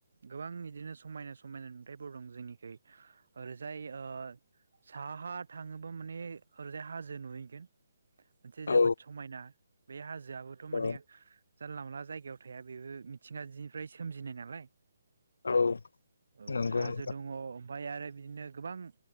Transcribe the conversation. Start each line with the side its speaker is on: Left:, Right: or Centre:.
Right: गोबां बिदिनो समायना समायना नुथाइफोर दं जोंनि‌ खै। ओरैजाय ओ साहा हा थाङोबा माने ओरैजाय हाजो नुहैगोन। मोनसे
Left: औ
Right: जोबोद समायना बे हाजोआबोथ' माने
Left: औ
Right: जानला मानला जायगायाव थाया बेबो मिथिंगाजिनिफ्राय सोमजिनाय नालाय।
Left: औ
Right: औ
Left: नंगौ
Right: हाजो
Left: नोंथां
Right: दङ। ओमफाय आरो बिदिनो गोबां